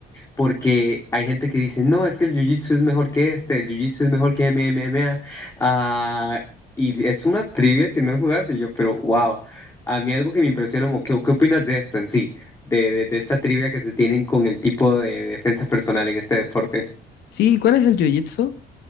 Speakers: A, on the left; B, on the left.
A: porque hay gente que dice, no, es que el jiu-jitsu es mejor que este, el jiu-jitsu es mejor que MMA. Ah, y es una trivia que no he jugado y yo, pero wow, a mí algo que me impresiona, como, ¿qué, qué opinas de esto en sí? De, de, de esta trivia que se tienen con el tipo de defensa personal en este deporte.
B: Sí, ¿cuál es el jiu-jitsu?